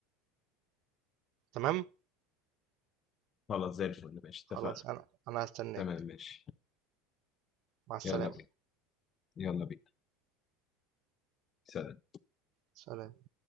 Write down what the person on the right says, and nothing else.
تمام؟
خلاص
أنا أنا هاستناك،
مع السلامة،
سلام.